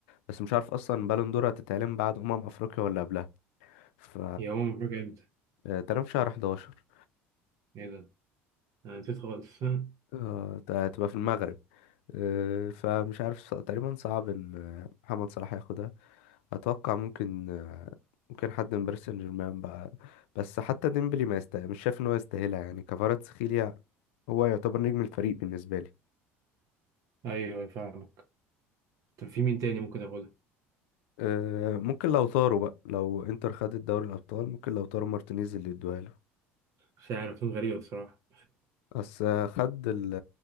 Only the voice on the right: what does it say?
يا هو مفاجأة إمتى؟
إيه ده؟ أنا نسيت خالص <laughs>
أيوه أيوه فاهمك طب في مين تاني ممكن أقوله؟
مش عارف غريبة بصراحة